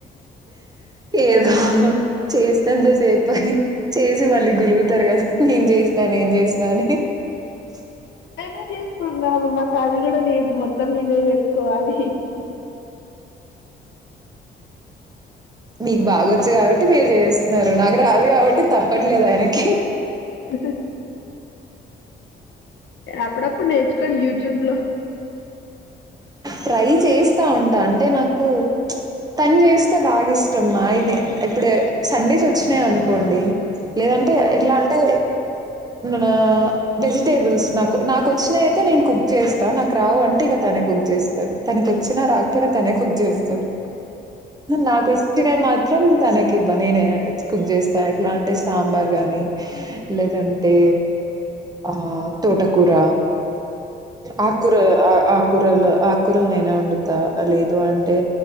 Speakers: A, on the right; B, on the left.
A: ఏదో చేస్తాంతసేపే చేసి మళ్ళీ గులుగుతారు కదా నేను చేసిన నేను చేసినా అని అ
B: నేనే చేసుకున్నాను మాకు అది కూడా లేదు మొత్తం నేనే చేసుకోవాలి
A: మీకు బాగొచ్చు కాబట్టి మీరు చేస్తున్నారు నాకు రాదు కాబట్టి తప్పట్లేదు ఆయనకి
B: అద అప్పుడప్పుడు నేర్చుకొని యూట్యూబ్ లో
A: ట్రై చేస్తా ఉంటా అంటే నాకు తను చేస్తే బాగా ఇష్టమ ఇది ఇప్పుడు సండేస్ వచ్చినాయి అనుకోండి లేదంటే ఎట్లా అంటే నా వెజిటేబుల్స్ నాకు నాకొచ్చినవి అయితే నేను కుక్ చేస్తా నాకు రావు అంటే ఇక తను నా కుక్ చేస్తాడు తనకి వచ్చినా రాకపోయినా తనే కుక్ చేస్తాడు నాకొచ్చినవి మా మాత్రం తనకి ఇవ్వ నేనే కుక్ చేస్తా ఎట్లా అంటే సాంబార్ గాని లేదన్ తే ఆ తోటకూర ఆకూర ఆకూరలు ఆకూరలు నేనే వండుతా లేదు అంటే